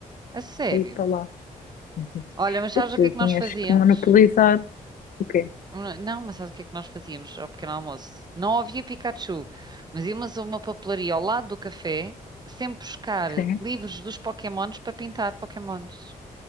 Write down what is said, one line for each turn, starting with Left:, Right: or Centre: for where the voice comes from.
Right: a sério.
Left: daí para lá. Uhum.
Right: Olha, mas
Left: Tu,
Right: sabes o
Left: tu
Right: que é que nós
Left: tinhas
Right: fazíamos?
Left: que monopolizar o quê?
Right: Hum, Não, mas sabes o que é que nós fazíamos ao pequeno almoço? Não havia Pikachu, mas íamos a uma papelaria ao lado do café, sempre buscar
Left: Sim,
Right: livros dos Pokémons para pintar Pokémons.